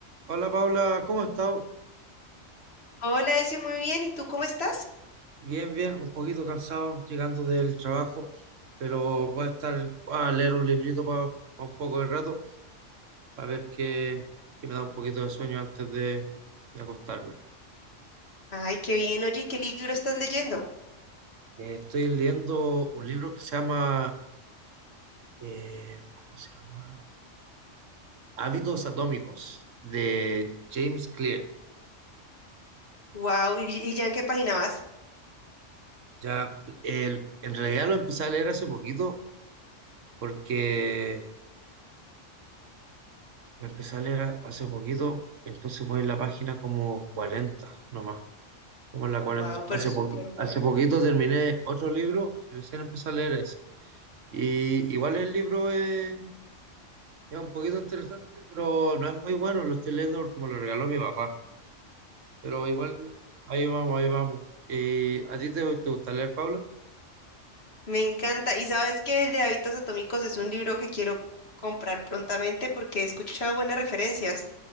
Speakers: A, on the right; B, on the left.
A: Hola Paula, ¿cómo has estado?
B: Hola, Ezio, muy bien. ¿Y tú cómo estás?
A: Bien, bien, un poquito cansado llegando del trabajo, pero voy a estar a leer un librito para un poco de rato, a ver qué, qué me da un poquito de sueño antes de, de acostarme.
B: Ay, qué bien. Oye, ¿qué libro estás leyendo?
A: Eh, estoy leyendo un libro que se llama, eh, ¿cómo se llama? Hábitos Atómicos, de James Clear.
B: Wow, ¿y, y ya en qué página vas?
A: Ya, el- en realidad lo empecé a leer hace poquito porque La empecé a leer hace poquito, entonces voy en la página como 40 nomás, como en la
B: Wow,
A: cuarenta
B: pero
A: Hace,
B: es
A: poqui-
B: súper bueno.
A: hace poquito terminé otro libro y recién empecé a leer ese. Y igual el libro es, es un poquito interesante, pero no es muy bueno, lo estoy leyendo porque me lo regaló mi papá. Pero igual ahí vamos, ahí vamos. ¿Y a ti te, te gusta leer, Paula?
B: Me encanta. Y sabes que el de Hábitos Atómicos es un libro que quiero comprar prontamente porque he escuchado buenas referencias.